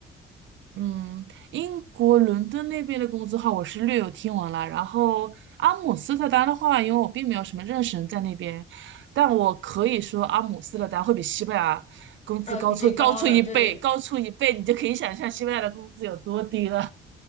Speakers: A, on the right; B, on the left.
A: 嗯，英国伦敦那边的工资的话，我是略有听闻了。然后阿姆斯特丹的话，因为我并没有什么认识人在那边，但我可以说阿姆斯特丹会比西班牙工资高出高出一倍，
B: 呃，已经高了，对对对。
A: 高出一倍，你就可以想象西班牙的工资有多低了。